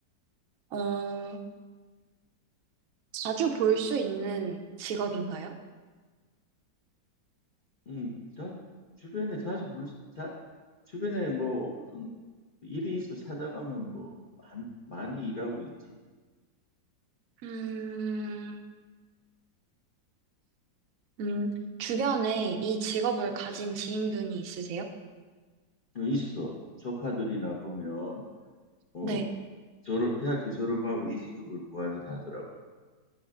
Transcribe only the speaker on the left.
음, 자, 주변에 자주 볼, 수- 자, 주변에 뭐 어떤 일이 있어 찾아가면 뭐 한- 많이 일하고 있지.
어, 있어. 조카들이나 보면 어,
졸업, 대학교 졸업하고 이직업을 구하기도 하더라고.